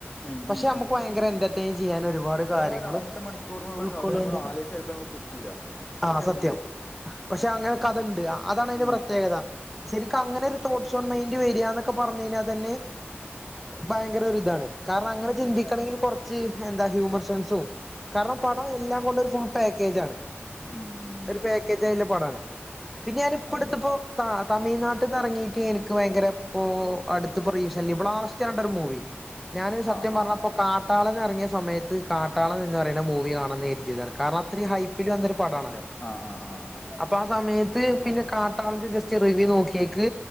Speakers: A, on the left (about 30°); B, in the centre.
A: ഉം
B: പക്ഷെ
A: ഉം
B: അമ്മക്ക്
A: ഉം
B: ഭയങ്കര എന്റെ ചെയ്യൻ ഒരുപാട്
A: അതായത്
B: കാര്യങ്ങൾ
A: ആ രണ്ട് മണിക്കൂറിനുള്ള
B: ഉൾക്കൊണ്ടെള്ള
A: കഥ നമ്മൾ ആലോചിച്ച ചിലപ്പോ നമുക്ക് കിട്ടൂല
B: ആ
A: പക്ഷെ
B: സത്യം.
A: ഉണ്ട്
B: പക്ഷെ അങ്ങനെ കഥണ്ട് അതാണ് അയിന്റെ
A: ഉം
B: പ്രത്യേകത. ശരിക്കും അങ്ങനെ ഒരു തോട്ട്സോൺ മൈൻഡ് വര്യ ന്നൊക്കെ പറഞ്ഞഴിഞ്ഞാൽ തന്നെ.. ഭയങ്കര ഒരു ഇതാണ് കാരണം അങ്ങനെ
A: അതെ
B: ചിന്തിക്കണങ്കിൽ
A: അതെ
B: കൊറച് എന്താ ഹ്യൂമറ് സെൻസും കാരണം പടം എല്ലാം കൊണ്ടരു ഫുൾ പേ ക്കേജാണ്.
A: ഉം
B: ഒരു പാക്കേജ് ആയിള്ള പടാണ് പിന്നെ ഞാനിപ്പോടുത്തിപ്പോ..
A: അതെ
B: തമിഴ്നാട്ടിന്നിറങ്ങിയിട്ട് എനിക്ക് ഭയങ്കര ഇപ്പോ അടുത്ത റീസില്ലുമ്ബ്ലാസ് ട്ടൊരു മൂവി ഞാന് സത്യം
A: ആ
B: പറഞ്ഞപ്പോ
A: ആ
B: കാട്ടാളൻ എറങ്ങിയ സമയത്ത് കാട്ടാളൻഎന്ന്പറയണ മൂവി കാണം എന്ന്‌ കരുതിയതാണ്. കാരണം അത്രയും ഹൈപ്പില് വന്നൊരു പടാണല്ലോ
A: ആ ആ ആ ആ
B: അപ്പൊ ആ സമയത്ത് പിന്നെ കാട്ടാളന്റെ ജസ്റ്റ്.. ചെറിവ്യൂ നോക്കിയക്ക്